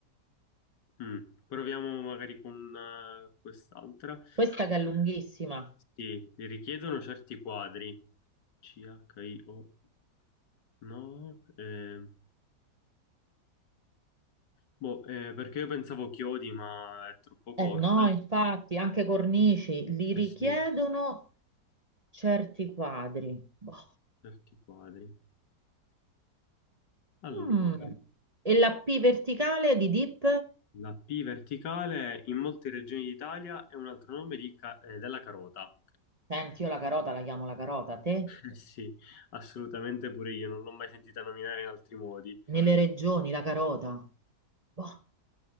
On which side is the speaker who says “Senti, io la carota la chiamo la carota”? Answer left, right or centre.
Right